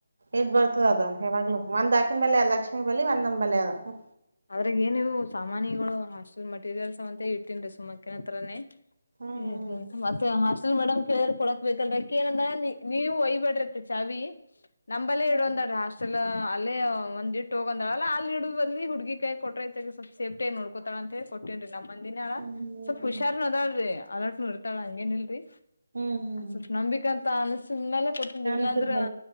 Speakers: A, on the right; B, on the left.
A: ಎದ್ ಬರ್ತದ ಅದು ಯಾವಾಗ್ಲು ಒಂದ್ ಆಕಿನ ಬಲೆ ಲಕ್ಷ್ಮೀ ಬಲಿ ಒಂದ್ ನಮ್ಮ್ ಬಲಿ ಅದವ್.
B: ಅದ್ರಾಗ ಏನಿವು ಸಾಮಾನಿಗಳು ಹಾಸ್ಟೆಲ್ ಮಟೀರಿಯಲ್ಸ್ ಅವ ಅಂತ ಇಟ್ಟೀನ್ ರೀ ಸುಮ್ಮಕ್ ಕೇಳತರನೆ.
A: ಹ್ಮ್
B: ಹ್ಮ ಹ್ಮ ಮತ್ತೆ ಹಾಸ್ಟೆಲ್. ನಮ್ಮ್ ಮೇಡಮ್ ಕೇಳ್ರೆ ಕೊಡಕ್ಬೇಕಲ್ರ ಅಕಿ ಏನಂದ್ರ ನೀವು ಒಯ್ಬಡ್ರತ್ತ ಚಾವಿ. ನಂಬಲ್ಲಿ
A: ಹ್ಮ್
B: ಇಡೋಂದ ಹಾಸ್ಟೆಲ್ ಅಲ್ಲೇ ಒಂದ್ ಇಟ್ಟ್ ಹೋಗಂದಳಲ್ಲ ಅಲ್ಲಿ ಇಡೊವಲ್ಲಿ ಈ ಹುಡುಗಿ ಕೈ ಕೊಟ್ರೆ ಆಯಿತ್ತು ಸ್ವಲ್ಪ್ ಸೇಫ್ಟಿ ಆಗಿ ನೋಡ್ಕತಳಂತ ಹೇಳಿ ಕೊಟ್ಟೇನ್ ರೀ ನಮ್ ಮಂದಿನಾಳ
A: ಹ್ಮ್
B: ಸ್ವಲ್ಪ್ ಹುಷಾರ್ನು ಇದಾಳ್ರಿ ಅಲೋಟ್ನು ಇರ್ತಾಳ ಹಂಗೇನ್ ಇಲ್ರಿ
A: ಹ್ಮ್ ಹ್ಮ್
B: ಸ್ವಲ್ಪ ನಂಬಿಕಂತ ಅನ್ಸಿದ್ ಮೇಲೆ ಕೊಟ್ಟ್ ಇ
A: ನಾನು
B: ಇಲ್ಲ
A: ಸುದ್
B: ಅಂದ್ರೇ